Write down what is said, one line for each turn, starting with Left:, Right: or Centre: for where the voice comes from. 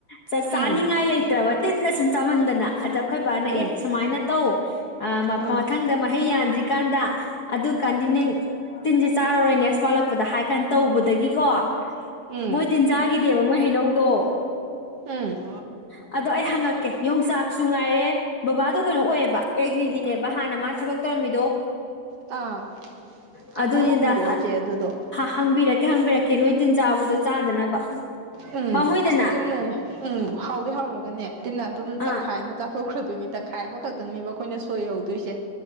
Left: ꯆꯥꯅꯤꯡꯉꯥꯏ
Right: ꯎꯝ
Left: ꯂꯩꯇ꯭ꯔꯕ ꯇꯤꯟꯅ ꯁꯨꯝ ꯆꯥꯃꯟꯗꯅ ꯑꯗꯣ ꯑꯩꯈꯣꯏ ꯕꯥꯅ
Right: ꯎꯝ
Left: ꯑꯦ ꯁꯨꯃꯥꯏꯅ ꯇꯧ ꯃꯊꯪꯗ
Right: ꯎꯝ
Left: ꯃꯍꯩ ꯌꯥꯟꯗ꯭ꯔꯤꯀꯥꯟꯗ ꯑꯗꯨ ꯀꯥꯟꯗꯤ ꯅꯪ
Right: ꯎꯝ
Left: ꯇꯤꯟꯖꯨ ꯆꯥꯔꯔꯣꯏ ꯅꯦꯛꯁ ꯋꯥꯠꯂꯛꯄ ꯍꯥꯏ ꯀꯥꯟꯅ ꯇꯧꯕꯗꯒꯤꯀꯣ
Right: ꯎꯝ
Left: ꯃꯣꯏ ꯇꯤꯟꯖꯥꯒꯤꯗꯦꯕ ꯃꯣꯏ ꯍꯩꯅꯧ ꯗꯣ
Right: ꯎꯝ
Left: ꯑꯗꯣ ꯑꯩ ꯍꯪꯉꯛꯀꯦ ꯌꯣꯡꯆꯥꯛꯁꯨ ꯉꯥꯏꯔꯦ ꯕꯕꯥꯗꯣ ꯀꯩꯅꯣ ꯑꯣꯏꯌꯦꯕ꯫ ꯑꯦꯒ꯭ꯔꯤꯒꯤꯅꯦꯕ ꯍꯥꯟꯅ ꯃꯥ ꯊꯕꯛ ꯇꯧꯔꯝꯃꯤꯗꯣ
Right: ꯑꯥ
Left: ꯑꯗꯨꯅꯤꯗ
Right: ꯑꯝꯇ ꯍꯪꯕꯤꯔꯛꯑꯣ ꯆꯦ ꯑꯗꯨꯗꯣ
Left: ꯍꯪꯕꯤꯔꯛꯀꯦ ꯍꯪꯕꯤꯔꯛꯀꯦ ꯅꯣꯏ ꯇꯤꯟ ꯆꯥꯕꯗꯣ ꯆꯥꯗꯅꯕ
Right: ꯎꯝ
Left: ꯄꯥꯝꯃꯣꯏꯗꯅ
Right: ꯑꯁ ꯇꯤꯟꯅꯅꯦ ꯎꯝ ꯍꯥꯎꯗꯤ ꯍꯥꯎꯔꯒꯅꯦ ꯇꯤꯟꯅ ꯑꯗꯨꯝ ꯇꯪꯈꯥꯏ
Left: ꯑꯥ
Right: ꯑꯃ ꯆꯥꯊꯣꯛꯈ꯭ꯔꯗꯣꯏꯅꯤ ꯇꯪꯈꯥꯏ ꯑꯃꯈꯛ ꯈꯇꯪꯅꯦꯕ ꯑꯩꯈꯣꯏꯅ ꯁꯣꯏꯍꯧꯗꯣꯏꯁꯦ